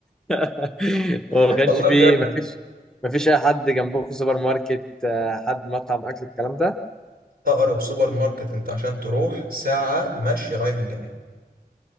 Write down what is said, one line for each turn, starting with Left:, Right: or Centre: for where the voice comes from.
Centre: <laughs> وما
Right: <laughs>
Centre: كانش
Right: والله
Centre: فيه
Right: بجد
Centre: ما فيش ما فيش اي حد جنبك في سوبر ماركت آه، حد مطعم اكل الكلام ده
Right: اقرب سوبر ماركت انت عشان تروح ساعه ماشي رايح جاي